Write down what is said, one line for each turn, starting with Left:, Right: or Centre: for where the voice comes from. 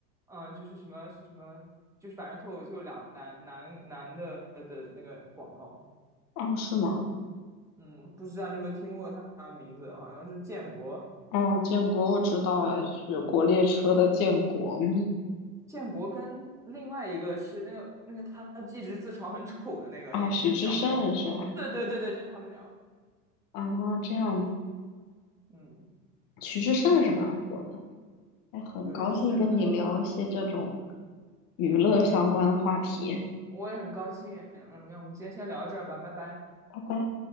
Centre: 嗯，就是什么什么，就是反正脱口秀两男男男的的那个广告，
Left: 哦，是吗？
Centre: 嗯，不知道你有没有听过他的名字，好像是建国。
Left: 哦，建国我知道呀，雪国列车的建国嘛。
Centre: 建国跟另外一个是那个那个他一直自嘲很丑的那个，
Left: 啊，
Centre: 眼睛很小的那个，
Left: 徐志胜是吗？
Centre: 对对对对，就他们俩，
Left: 啊，这样子，
Centre: 嗯，
Left: 徐志胜是蛮火的。哎，很高兴跟你聊一些这种
Centre: 对，是的吧？
Left: 娱乐相关的话题，
Centre: 嗯嗯，我也很高兴，嗯，那我们今天先聊到这儿吧，拜拜。
Left: 拜拜。